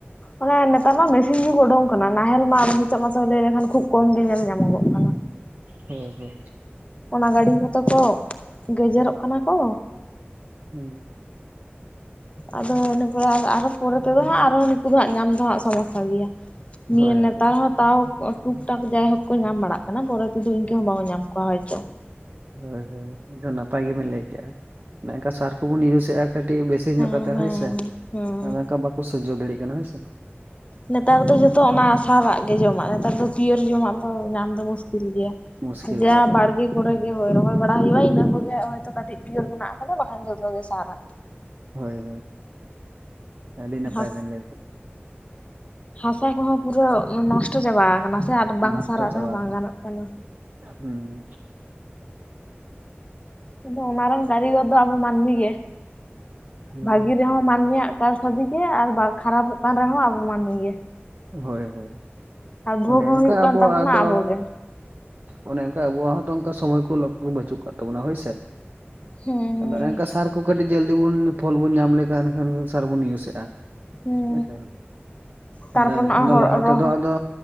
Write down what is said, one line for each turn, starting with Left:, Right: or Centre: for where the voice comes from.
Left: ᱚᱱᱮ ᱱᱮᱛᱟᱨ ᱢᱟ ᱢᱮᱥᱤᱱ ᱡᱩᱜ ᱩᱰᱩᱝ ᱠᱟᱱᱟ ᱱᱟᱦᱮᱞ ᱢᱟ ᱱᱤᱛᱚᱜ ᱢᱟᱛᱚ ᱞᱟᱹᱭ ᱞᱮᱠᱷᱟᱱ ᱠᱷᱩᱵ ᱠᱚᱢ ᱜᱮ ᱧᱮᱞ ᱧᱟᱢᱚᱜ ᱠᱟᱱᱟ᱾
Right: ᱦᱮᱸ ᱦᱩᱸ
Left: ᱚᱱᱟ ᱜᱟᱹᱲᱤᱡ ᱦᱚᱛᱚ ᱠᱚ ᱜᱮᱡᱮᱨᱚ-ᱜ ᱠᱟᱱᱟ ᱠᱚ᱾
Right: ᱦᱩᱸ
Left: ᱟᱫᱚ ᱤᱱᱟᱹ ᱯᱚᱨᱮ ᱟᱨᱚ ᱯᱚᱨᱮ ᱛᱮᱫᱚ ᱦᱟᱸᱜ ᱟᱨᱦᱚᱸ ᱱᱩᱠᱩ ᱫᱚ ᱦᱟᱸᱜ ᱧᱟᱢ ᱫᱚ ᱦᱟᱸᱜ ᱥᱚᱢᱚᱥᱥᱟ ᱜᱮᱭᱟ ᱱᱤᱭᱟᱹ
Right: ᱦᱳᱭ
Left: ᱱᱮᱛᱟᱨ ᱦᱚᱸ ᱛᱟᱣ ᱴᱩᱠ ᱴᱟᱠ ᱡᱟᱭ ᱦᱳᱠ ᱠᱚ ᱧᱟᱢ ᱵᱟᱲᱟᱜ ᱠᱟᱱᱟ ᱯᱚᱨᱮ ᱛᱮᱫᱚ ᱤᱱᱠᱟᱹ ᱦᱚᱸ ᱵᱟᱵᱚ ᱧᱟᱢ ᱠᱚᱣᱟ ᱦᱚᱭᱛᱚ,
Right: ᱦᱳᱭ ᱦᱳᱭ ᱮᱱᱠᱷᱟᱱ ᱱᱟᱯᱟᱭ ᱜᱮᱵᱮᱱ ᱞᱟᱹᱭ ᱠᱮᱜᱼᱟ ᱚᱱᱮ ᱚᱱᱠᱟ ᱥᱟᱨ ᱠᱚᱵᱚᱱ ᱤᱭᱩᱥ ᱮᱜᱼᱟ᱾ ᱠᱟᱹᱴᱤᱡ ᱵᱮᱥᱤ ᱧᱚᱜ
Left: ᱦᱮᱸ
Right: ᱠᱟᱛᱮ
Left: ᱦᱮᱸ
Right: ᱦᱳᱭ ᱥᱮ
Left: ᱦᱮᱸ
Right: ᱟᱫᱚ ᱚᱱᱠᱟ ᱵᱟᱠᱚ ᱥᱚᱡᱡᱚ ᱫᱟᱲᱮᱭᱟᱜ ᱠᱟᱱᱟ ᱦᱳᱭ ᱥᱮ,
Left: ᱱᱮᱛᱟᱨ ᱫᱚ ᱡᱚᱛᱚ ᱚᱱᱟ ᱥᱟᱨᱟᱜ ᱜᱮ ᱡᱚᱢᱟᱜ ᱱᱮᱛᱟᱨ ᱫᱚ ᱯᱤᱭᱟᱹᱨ ᱡᱚᱢᱟᱜ ᱫᱚ ᱛᱚ ᱧᱟᱢ ᱫᱚ ᱢᱩᱥᱠᱤᱞ ᱜᱮᱭᱟ
Right: ᱢᱩᱥᱠᱤᱞ
Left: ᱡᱟ
Right: ᱜᱮᱭᱟ ᱦᱳᱭ
Left: ᱵᱟᱲᱜᱮ, ᱠᱚᱨᱮ ᱜᱮ ᱦᱳᱭ ᱨᱚᱦᱚᱭ ᱵᱟᱲᱟ ᱦᱩᱭᱩᱜ-ᱟ ᱤᱱᱟᱹ ᱠᱚᱜᱮ ᱠᱟᱹᱴᱤᱡ ᱯᱤᱭᱳᱨ ᱢᱮᱱᱟᱜ ᱠᱟᱫᱟ ᱵᱟᱠᱷᱟᱱ ᱡᱷᱚᱛᱚ ᱜᱮ ᱥᱟᱨᱟᱜ,
Right: ᱦᱳᱭ ᱦᱳᱭ ᱟᱹᱰᱤ ᱱᱟᱯᱟᱭ
Left: ᱦᱟᱥ
Right: ᱵᱮᱱ ᱞᱟᱹᱭ ᱠᱮᱜ
Left: ᱦᱟᱥᱟ ᱠᱚᱦᱚᱸ ᱯᱩᱨᱟᱹ ᱱᱚᱥᱴᱚ ᱪᱟᱵᱟ ᱟᱠᱟᱱᱟ ᱥᱮ ᱟᱨ ᱵᱟᱝ
Right: ᱱᱚᱥᱴᱚ
Left: ᱥᱟᱨᱟᱜ
Right: ᱪᱟᱵᱟ
Left: ᱨᱮᱦᱚᱸ ᱵᱟᱝ
Right: ᱟᱠᱟᱱᱟ
Left: ᱜᱟᱱᱚᱜ ᱠᱟᱱᱟ᱾
Right: ᱦᱩᱸ᱾
Left: ᱠᱤᱱᱛᱩ ᱚᱱᱟ ᱨᱮᱱ ᱠᱟᱹᱨᱤᱜᱚᱨ ᱫᱚ ᱟᱵᱚ ᱢᱟᱹᱱᱢᱤ ᱜᱮ
Right: ᱦᱩᱸ
Left: ᱵᱷᱟᱹᱜᱤ ᱨᱮᱦᱚᱸ ᱢᱟᱹᱱᱢᱤᱭᱟᱜ ᱠᱟᱨᱥᱟᱫᱤ ᱜᱮ ᱟᱨ ᱠᱷᱟᱨᱟᱯᱚᱜ ᱠᱟᱱ ᱨᱮᱦᱚᱸ ᱟᱵᱚ ᱢᱟᱹᱱᱢᱤ ᱜᱮ,
Right: ᱦᱳᱭ ᱦᱳᱭ
Left: ᱟᱨ ᱵᱷᱳᱜᱽ
Right: ᱚᱱᱮ
Left: ᱦᱚᱸ
Right: ᱚᱱᱠᱟ
Left: ᱦᱩᱭᱩᱜ ᱠᱟᱱ
Right: ᱟᱵᱚᱣᱟᱜ
Left: ᱛᱟᱵᱚᱱᱟ
Right: ᱫᱚ
Left: ᱟᱵᱚᱜᱮ
Right: ᱚᱱᱮ ᱚᱱᱠᱟ ᱟᱵᱚᱣᱟᱜ ᱦᱚᱸᱛᱚ ᱚᱱᱠᱟ ᱥᱚᱢᱚᱭ ᱠᱚ ᱞᱚᱠ ᱵᱟᱹᱪᱩᱜ ᱠᱟᱜ ᱛᱟᱵᱚᱱᱟ ᱦᱳᱭᱥᱮ,
Left: ᱦᱮᱸ ᱦᱮᱸ
Right: ᱟᱫᱚ ᱮᱝᱠᱟ ᱥᱟᱨ ᱠᱚ ᱠᱟᱹᱴᱤᱡ ᱡᱚᱞᱫᱤ ᱵᱚᱱ ᱯᱷᱚᱞ ᱵᱚᱱ ᱧᱟᱢ ᱞᱮᱠᱷᱟᱱ ᱮᱱᱠᱷᱟᱱ ᱥᱟᱨ ᱵᱚᱱ ᱤᱭᱩᱡ ᱮᱜᱼᱟ᱾
Left: ᱦᱮᱸ
Right: <unintelligible>
Left: ᱛᱟᱨᱯᱚᱨ
Right: ᱟᱫᱚ ᱮᱱᱠᱷᱟᱱ
Left: ᱱᱚᱜᱼᱚᱭ
Right: ᱫᱚ
Left: ᱦᱚᱲ
Right: ᱞᱟᱦᱟ
Left: ᱨᱚᱦᱚ
Right: ᱛᱮᱫᱚ ᱟᱫᱚ